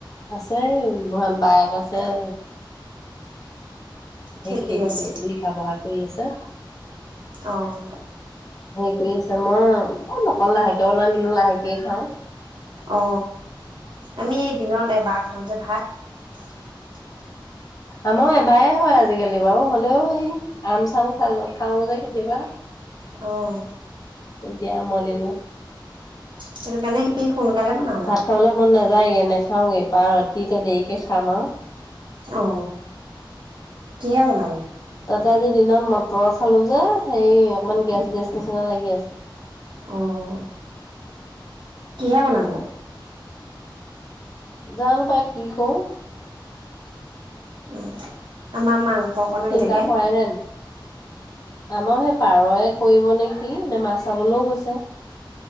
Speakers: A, on the left (about 45°); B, on the right (about 70°).
A: সেই আছেই বায়েক আছে। ত
B: খেলি
A: সেই
B: আছে।
A: সেই লিখা বহাত কৰি আছা
B: অ',
A: হে কৰি আছে মই অকণ লাহেকে বনোৱা মিনো লাহেকে খাওঁ।
B: অ আমি দিনত এবাৰ খাওঁ যে ভাত। <inaudible>
A: আমাৰ এবাৰে হয় আজিকালি বাৰু হলেও হেই আম চাম খাল খাও যে কেতিয়াবা
B: অ',
A: এতিয়া আমৰ দিনত
B: সেইটো কাৰণে সি সোনকালে বনাও
A: ভাত খাবলৈ মন নাযায়গে নাখাওগে পাৰ ৰাতি এতিয়া দেৰিকে খা খাম আৰু
B: অ কি বনাব
A: তাতে আজি দিনত মটৰ খালো যে। সেই অকমান গেছ গেছ নিচিনা লাগি আছে।
B: অ' কিহে বনাব
A: জানো পাই কি কৰো।
B: অ আমাৰ মাংস অকণ আনিলেগে।
A: চিন্তা কৰাই ন আমাৰ সেই পাৰয় কৰিব নেকি। কি নে মাছ চাবলৈও গৈছে